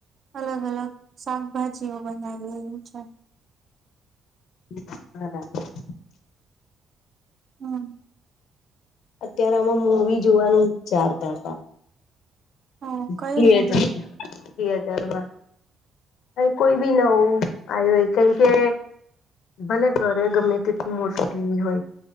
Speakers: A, on the right; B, on the left.
A: અલગ-અલગ શાકભાજીઓ બનાવીએ એવું છે.
B: બરાબર.
A: હમ.
B: અત્યારે અમે મુવી જોવાનું, વિચારતા હતા.
A: હ કયું
B: થીએટર
A: મૂવી
B: માં. કોઈ પણ નવું આવ્યું, એ કારણ કે ભલે ઘરે ગમે, તેટલી મોટી સ્ક્રીન હોય.